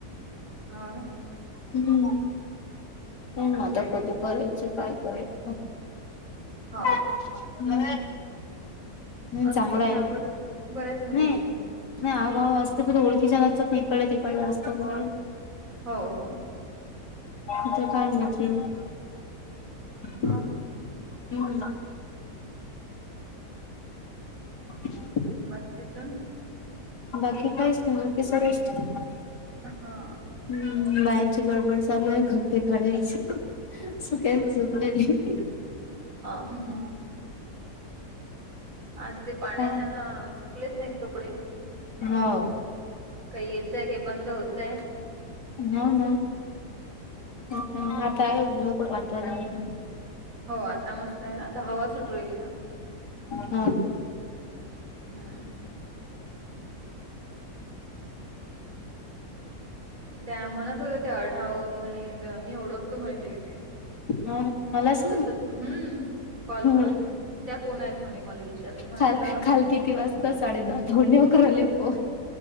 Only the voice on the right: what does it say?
हौ ना,
हो
असतील
ना बरच बऱ्याच मुली
असतील.
हो हो
हां.
बाकी जणं.
हां.
<unintelligible> आज ते पाण्याच्यान
सुकलेच नाहीत कपडे.
काही येतंय, हे बंद होतंय.
हो आता मस्त आहे, आता हवा सुटू राहिली चांगली.
हम्म. त्या म्हणत होत्या ते अढाव म्हणे मी ओळखतो म्हणे ते इथे.
तसं हम्म कॉल
त्या कोण आहेत म्हणे, मला विचारल म्हटलं.